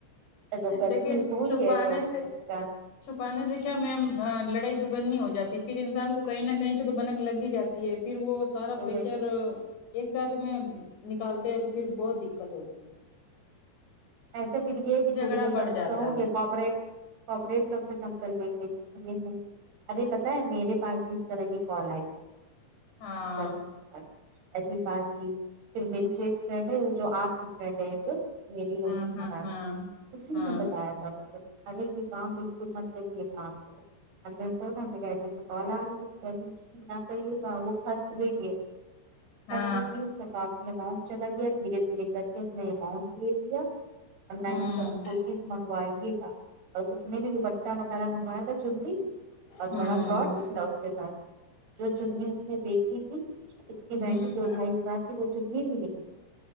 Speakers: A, on the right (about 60°); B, on the left (about 70°).
A: جب غلطی
B: لیکن
A: ہوئی
B: چھپانے
A: ہے تو
B: سے
A: اس کا
B: چھپانے سے کیا میم لڑائی دگننی ہو جاتی پھر انسان کو کہیں نہ کہیں سے تو بنک لگ ہی جاتی ہے پھر وہ سارا
A: جو
B: پریشر
A: ہے
B: ایک ساتھ میں نکالتے ہیں تو پھر بہت دقت ہوتی ہے
A: ایسا پھر یہ ہے کہ
B: جھگڑا
A: تھوڑی دیر
B: بڑھ
A: کا غصہ
B: جاتا
A: ہو
B: ہے
A: گیا کوپریٹ کوپریٹ کم سے کم کر لیں گے یہ نہیں ارے پتا ہے میرے پاس کس طرح کی کال آئی تھی
B: ہاں
A: انسٹاام ایسی بات چی پھر میری جو ایک فرینڈ ہے جو آپ کی فرینڈ ہے ایک میری
B: ہاں ہاں
A: مات اسی
B: ہاں
A: نے بتایا تھا وہ ارے یہ کام بالکل مت کریا لےاپ لوگ اندر کال آ رہی ہے نہ کہے گا وہ تھو یکھا کھس گئی ہے
B: ہاں
A: ہنس چکی ہے اس کا کافی اماؤنٹ چلا گیا دھیرے دھیرے کر کے اپنے اماؤنٹ لے لیا اور نہ
B: ہاں ہوں
A: ہی کبھی کو چیز منگوائیے گا اور اس نے بھی ر بٹہ وغیرہ منگوایا تھا چغلی اور
B: ہوں
A: بڑا فراڈ نکلا اسکے ساتھ جو چننی اس نے دیکھی تھی اتنی
B: ہوں
A: مہنگی دو ڈھائی ہزار وہ چننی بھی نہیں